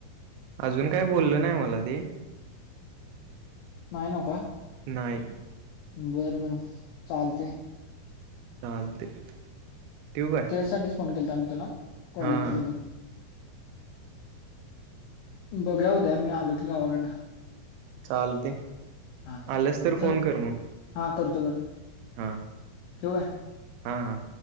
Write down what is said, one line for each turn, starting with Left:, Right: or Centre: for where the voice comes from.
Right: अजून काय बोलल नाय मला ते
Left: नाय न्हवका
Right: नाही.
Left: बरं बरं चालतय
Right: चालते ठिऊ काय?
Left: त्यासाठी च फोन केलता मी तुला कॉलेजच्या
Right: हा
Left: बद्दल बघा उद्या मी आलो तर गावांकडंन
Right: चालतंय
Left: हा
Right: आलंस तर
Left: चल
Right: फोन कर मग.
Left: हा करतो करतो
Right: हा.
Left: ठेवू काय
Right: हा हा.